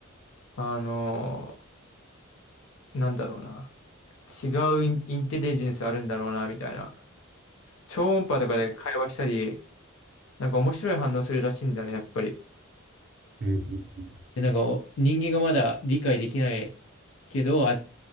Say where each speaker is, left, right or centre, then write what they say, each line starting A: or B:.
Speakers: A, on the left (about 70°); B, on the right (about 45°).
A: あのーなんだろうな。違うイン、インテリジェンスあるんだろうな、みたいな。超音波とかで会話したり、なんか面白い反応するらしいんだよね、やっぱり。
B: うんうんうん。
A: で、なんか人間がまだ理解できないけど、あ、